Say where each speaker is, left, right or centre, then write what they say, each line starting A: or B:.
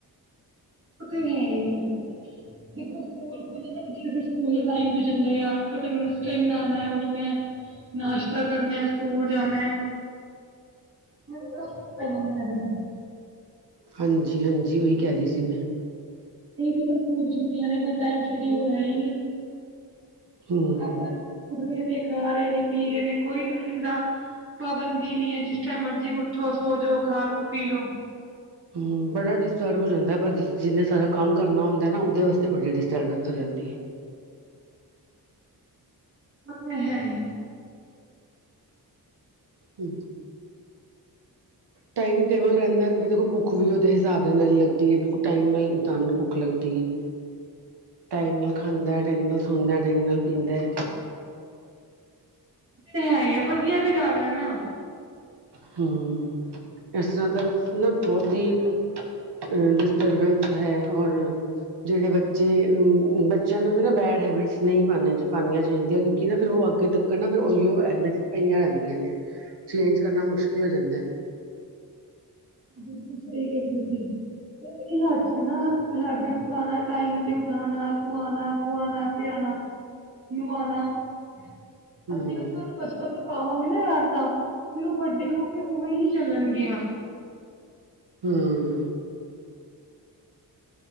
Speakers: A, on the right; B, on the right.
A: ਤੇ ਹੈ ਹੀ ਹੈ। ਦੇਖੋ ਸਕੂਲ ਖੁੱਲ <unintelligible> ਬੱਚ ਸਕੂਲ ਦਾ ਟਮ ਜਾਂਦਾ <unintelligible> ਉੱਠਣਾ ਨਾਸ਼ਤਾ ਕਰਨੈ, ਸਕੂਲ ਜਾਣਾ। <unintelligible>
B: ਹਾਂਜੀ ਹਾਂਜੀ, ਉਹੀ ਕਹਿ ਰਹੀ ਸੀ ਮੈਂ।
A: ਨਹੀਂਨ ਸਕੂਲ ਚ ਛੁੱਟੀਆਂ ਨੇ ਕੋਈ ਟਾਈਮ ਸ਼ਡਊਲ ਹੈ ਹੀ ਨੀ,
B: ਹਮ
A: ਆਪਣਾ ਉੱਠ ਰਹੇ ਨੇ ਖਾ ਰਹੇ ਨੇ ਪੀ ਰਹੇ ਨੇ ਕੋਈ ਟਾਈਮ ਦਾ ਪਾਬੰਦੀ ਨੀ ਹੈ ਜਿਸ ਟਾਈਮ ਮਰਜ਼ੀ ਉੱਠੋ, ਸੋਜੋ, ਖਾ ਲੋ, ਪੀ ਲੋ।
B: ਹਮ ਬੜਾ ਡਿਸਟਰਬ ਹੋ ਜਾਂਦਾ, ਪਰ ਜ ਜਿੰਨੇ ਸਾਰਾ ਕੰਮ ਕਰਨਾ ਹੁੰਦਾ ਨਾ ਉਹਦੇ ਵਾਸਤੇ ਬੱਡੀ ਡਿਸਟਰਬੈਂਸ ਹੋ ਜਾਂਦੀ ਹੈ।
A: ਮ ਹੈ।
B: ਹੁ। ਟਾਈਮ ਟੇਬਲ ਰਹਿੰਦਾ ਤੇ, ਫਿਰ ਦੇਖੋ ਭੁੱਖ ਵੀ ਉਹਦੇ ਹਿਸਾਬ ਦੇ ਨਾਲ ਹੀ ਲੱਗਦੀ ਹੈ ਬਿਲ ਟਾਈਮ ਨਾਲ ਇਨਸਾਨ ਨੂੰ ਭੁੱਖ ਲੱਗਦੀ ਹੈ। ਟਾਈਮ ਨਾਲ ਖਾਂਦਾ, ਟਾਈਮ ਨਾਲ ਸੌਂਦਾ, ਟਾਈਮ ਨਾਲ ਪੀਂਦਾ।
A: ਹੈ ਹੀ ਆ, ਵਧੀਆ ਵੀ ਗੱਲ ਹੈ ਨਾ।
B: ਹਮ, ਇਸ ਤਰ੍ਹਾਂ ਤਾਂ ਨਾ ਬਹੁਤ ਹੀ ਅ ਡਿਸਟਰਬੈਂਸ ਹੈ ਔਰ ਜਿਹੜੇ ਬੱਚੇ ਅ ਬੱਚਿਆਂ ਨੂੰ ਵੀ ਨਾ ਬੈਡ ਹੈਬਿਟਸ ਨਹੀਂ ਪਾਂ ਪਾਨੀਆ ਚਾਹੀਦੀਆਂ ਕਿਉਂਕਿ ਨਾ ਫਿਰ ਉਹ ਅੱਗੇ ਤੱਕ ਕਿਰ <unintelligible> ਓਹੀਓ ਹੈਬਿਟਸ ਪਈਆਂ ਰਹਿੰਦੀਆਂ ਨੇ, ਚੇਂਜ ਕਰਨਾ ਮੁਸ਼ਕਿਲ ਹੋ ਜਾਂਦਾ।
A: ਬਿਲਕੁਲ ਸਹੀ ਕਹਿੰਦੇ ਜੀ, ਤੇ ਆਪਣੀ ਹੱਥ ਚ ਆ ਨਾ ਹੈਬਿਟਸ ਪਾਉਣਾ, ਟਾਈਮ ਤੇ ਉਠਾਣਾ, ਸਵਾਣਾ, ਖਵਾਣਾ, ਪਿਆਣਾ। ਨੁਹਾਨਾ, ਹਜੀ
B: ਹੂੰ
A: ਮੈ ਨ ਤੁਾਨੂੰ ਪੁੱਛ ਮਬ ਪਾਵਾਂਗੇ ਨਾ ਆਦਤਾਂ, ਫਿਰ ਉਹ ਵੱਡੇ ਹੋ ਕੇ ਉਵੇਂ ਹੀ ਚੱਲਣਗੀਆਂ।
B: ਹਮ